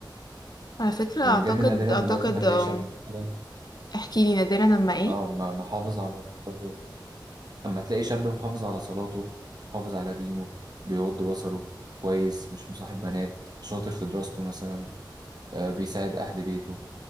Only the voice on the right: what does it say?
يعني
بجد نادرا
دلوقتي ما تلاقي
شاب مثلا
اه ما- محافظ على صفاته أما تلاقي شاب محافظ على صلاته محافظ على دينه بيغض بصره كويس مش مصاحب بنات شاطر في دراسته مثلا آه بيساعد أهل بيته